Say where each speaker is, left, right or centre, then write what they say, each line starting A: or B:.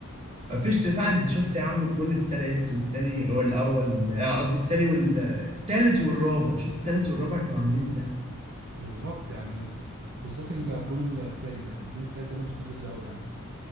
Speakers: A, on the right; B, on the right.
A: مفيش دفاع انت شفت يا عم الجون التالت والتاني والاول آه، قصدي التاني والتالت والرابع شفت التالت والرابع كانوا عاملين ازاي
B: بالظبط يعني بالذات الجون التالت ده الجون التالت ده اللي مستفز قوي يعني